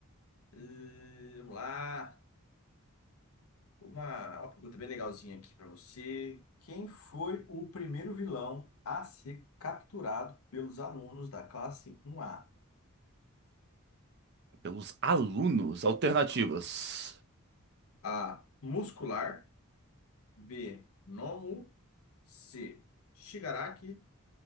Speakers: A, on the left; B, on the right.
A: Hum, vamos lá. Uma, uma pergunta bem legalzinha aqui para você. Quem foi o primeiro vilão a ser capturado pelos alunos da classe 1A?
B: pelos alunos, alternativas.
A: A. Muscular. B. Nomu. C. Shigaraki.